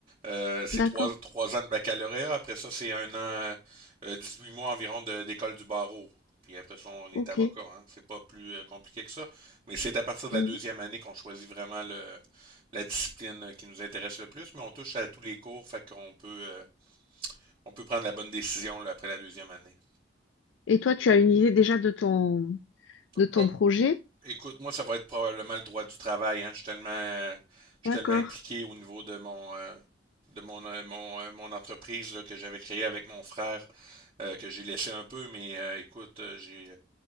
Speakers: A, on the right; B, on the left.
A: Euh, c'est
B: D'accord.
A: trois, trois ans de baccalauréat. Après ça, c'est un an, euh, huit mois environ de- d'école du barreau. Puis après ça, on est
B: Ok.
A: avocat. Hein. C'est pas plus euh, compliqué que ça. Mais c'est à partir de
B: Mhm.
A: la deuxième année qu'on choisit vraiment le, la discipline euh, qui nous intéresse le plus. Mais on touche à tous les cours, fait qu'on peut... euh, on peut prendre la bonne décision là, après la deuxième année.
B: Et toi, tu as une idée déjà de ton de ton
A: Ah,
B: projet?
A: écoute, moi, ça va être probablement le droit du travail. Hein. Je suis tellement, euh, je
B: D'accord.
A: suis tellement impliqué au niveau de mon, euh, de mon, euh, mon, euh, mon entreprise là, que j'avais créée avec mon frère, euh, que j'ai laissé un peu, mais euh, écoute, euh, j'ai,